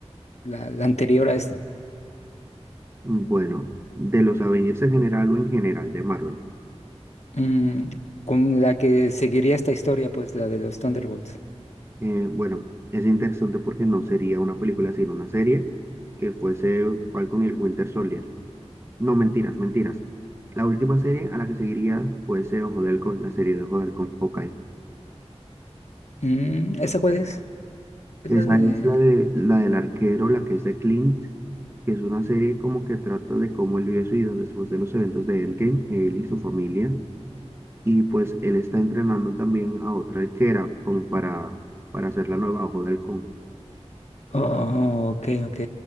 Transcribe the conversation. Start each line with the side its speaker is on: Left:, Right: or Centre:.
Left: la, la anterior a esta?
Right: Bueno, de los Avengers en general o en general de Marvel.
Left: Mm, con la que seguiría esta historia, pues la de los Thunderbolts.
Right: Eh, bueno, es interesante porque no sería una película sino una serie que fuese Falcon y el Winter Soldier. No, mentiras, mentiras. La última serie a la que seguiría fuese Ojo de Halcón, la serie de Ojo de Halcón Hawkeye.
Left: Mm, ¿esa cuál es? Es
Right: Esa
Left: la de...
Right: es la de la del arquero, la que es de Clint, que es una serie como que trata de cómo él vive su vida después de los eventos de Endgame, él y su familia. Y pues él está entrenando también a otra arquera como para, para hacer la nueva ojo del halcón.
Left: Oh, ok, ok.